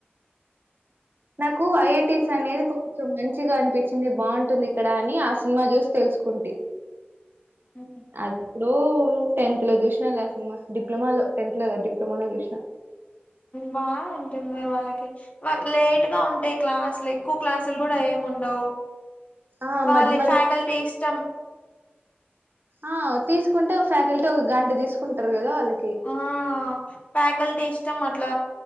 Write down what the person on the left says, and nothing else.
ఉమ్,
బా ఉంటుంది వాళ్ళకి వాళ్ళకి లేట్ గా ఉంటాయి క్లాసులు ఎక్కువ క్లాసులు కూడా ఏం ఉండవ్
వాళ్ల
ఫ్యాకల్టీ ఇష్టం
ఆ ఫ్యాకల్టీ ఇష్టం అట్లా